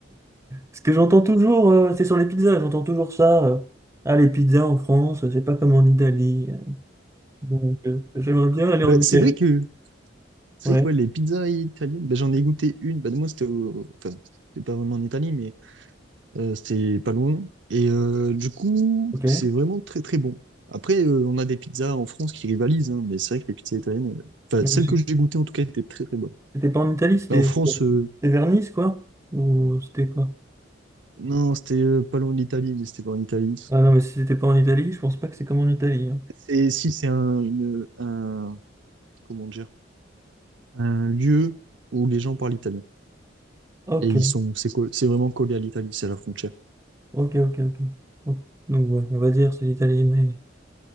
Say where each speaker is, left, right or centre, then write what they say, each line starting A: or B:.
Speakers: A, on the right (about 15°); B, on the right (about 70°).
A: Ce que j'entends toujours, euh, c'est sur les pizzas, j'entends toujours ça. euh, ah, les pizzas en France, c'est pas comme en Italie. euh, Donc, euh, j'aimerais bien aller
B: Bah,
A: en Italie.
B: c'est vrai que... C'est
A: Ouais,
B: vrai que ouais, les pizzas italiennes, bah, j'en ai goûté une. Bah, moi, c'était... au- Enfin, c'était pas vraiment en Italie, mais... Euh, c'était pas loin. Et euh, du coup,
A: ok.
B: c'est vraiment très très bon. Après, euh, on a des pizzas en France qui rivalisent, hein, mais c'est vrai que les pizzas italiennes, euh, enfin
A: Donc,
B: celles
A: c'est-
B: que j'ai goûtées en tout cas, étaient très très bonnes.
A: C'était pas en Italie, c'était
B: Mais en France,
A: c'était
B: euh,
A: vers Nice, quoi? Ou c'était quoi?
B: non, c'était euh, pas loin de l'Italie, mais c'était pas en Italie.
A: Ah non, mais si c'était pas en Italie, je pense pas que c'est comme en Italie. hein.
B: Et si, c'est un, une- un, comment dire, un lieu où les gens parlent italien.
A: Ok,
B: Et ils sont, c'est co- c'est vraiment collé à l'Italie, c'est à la frontière.
A: ok, ok, ok. Ok. Donc, ouais, on va dire c'est l'Italie, mais